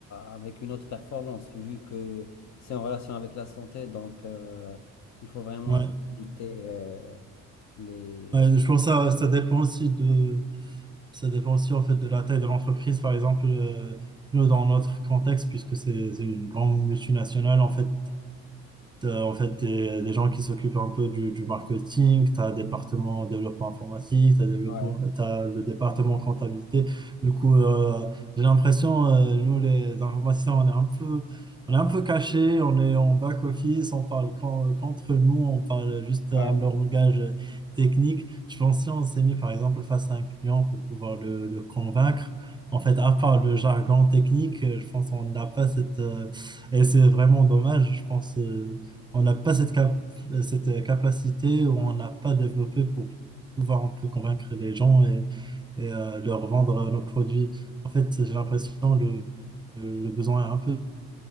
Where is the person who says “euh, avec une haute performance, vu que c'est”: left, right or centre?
Left